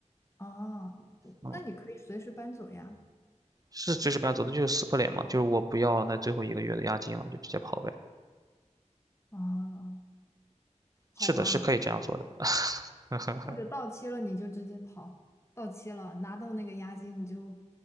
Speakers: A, on the left; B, on the right.
A: 哦，嗯那你可以随时搬走呀。
B: 嗯，是随时不要走，那就是撕破脸嘛，就是我不要那最后一个月的押金了，就直接跑呗。
A: 哦，好吧，
B: 是的，是可以这样做的，<laughs>
A: 或者到期了你就直接跑，到期了拿到那个押金你就